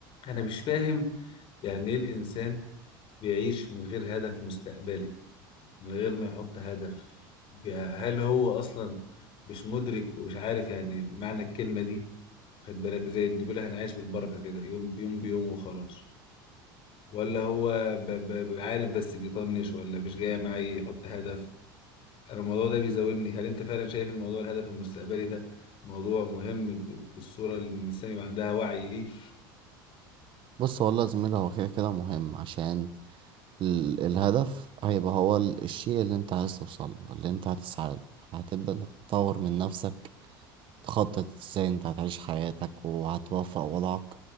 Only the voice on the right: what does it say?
بص والله يا زميلي هو كده كده مهم عشان ال- الهدف هيبقى هو ال- الشيء اللي انت عايز توصله اللي انت هتسعى له هتبدأ انك تطور من نفسك تخطط ازاي انت هتعيش حياتك وهتوفق وضعك